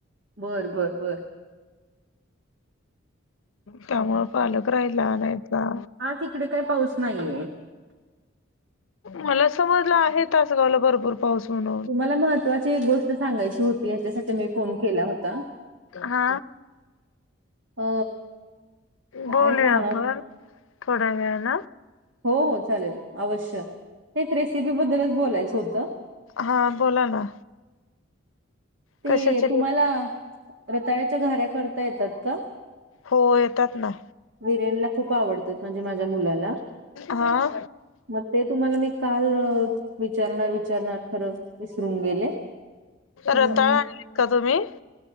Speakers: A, on the right; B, on the left.
A: बरं बरं बरं
B: त्यामुळं पालक राहिला नाहीत ईथला
A: आज इकडे काही पाऊस नाहीये
B: मला समजलं आहे तासगावला आहे भरपूर पाऊसून
A: तुम्हाला महत्त्वाची एक गोष्ट सांगायची होती ह्याच्यासाठी मी फोन केला होता
B: हा
A: अ काय
B: बोलूया
A: सांगणार
B: आपण थोड्यावेळान
A: हो हो चालेल अवश्य हेच रेसिपी बद्दलच बोलायचं होतं
B: हां बोला ना
A: ते
B: कशाची रेसिपी
A: तुम्हाला रताळ्याच्या घाऱ्या करता येतात का
B: हो येतात ना.
A: विरेन खूप आवडत म्हणजे माझ्या मुलाला
B: हा
A: मग ते तुम्हाला मी काल विचारणार विचारणार खरं विसरून गेले. हम्म.
B: रताळा आण का तुम्ही?